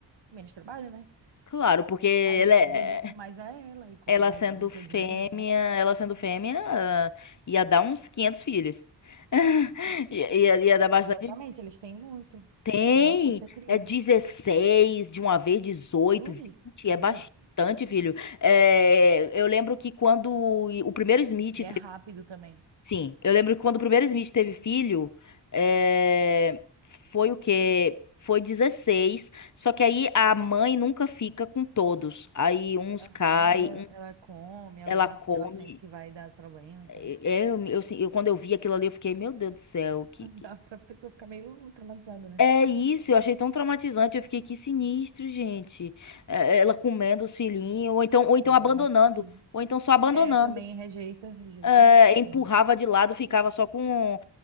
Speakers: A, on the right; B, on the left.
A: menos trabalho, né?
B: Claro, porque
A: Aí
B: ela,
A: eu me
B: é-
A: dedico mais a ela e compro
B: ela
A: mais
B: sendo
A: brinquedinho
B: fêmea,
A: e tal.
B: ela sendo fêmea, ah, ia dar uns 500 filhos. <laughs> Ia, ia ia dar bastante.
A: Exatamente, eles têm muito.
B: Tem,
A: Dá muita cria.
B: é 16 de uma vez, dezoito
A: Ui,
B: vinte
A: cruzes.
B: é bastante, filho. É, eu lembro que quando o primeiro Smith
A: E é rápido também.
B: Sim, eu lembro que quando o primeiro Smith teve filho, é, foi o quê? Foi 16. só que aí a mãe nunca fica com todos. Aí uns
A: Aham,
B: cai,
A: ela,
B: um-
A: ela come alguns
B: ela come.
A: que ela sente que vai dar problema e
B: É,
A: tal.
B: é, eu, eu, assim, eu- quando eu vi aquilo ali, eu fiquei, meu Deus do céu,
A: <laughs>
B: que, que-
A: Dá pra pessoa ficar meio traumatizada, né?
B: É isso, eu achei tão traumatizante, eu fiquei, que sinistro, gente. É, Ela comendo o filhinho, ou então, ou então
A: É
B: abandonando,
A: a natureza.
B: ou então só abandonando.
A: É, também rejeita, rejeita,
B: eh,
A: rejeitando.
B: empurrava de lado, ficava só com. um.